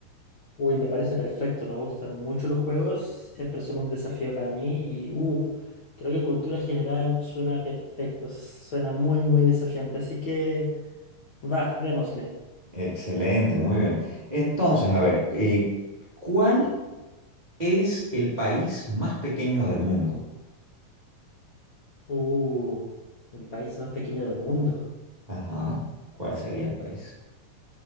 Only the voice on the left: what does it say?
Uy, me parece perfecto, me gustan mucho los juegos, siempre son un desafío para mí y uh, creo que cultura general suena perfecto, suena muy muy desafiante, así que va, démosle.
Uh, el país más pequeño del mundo.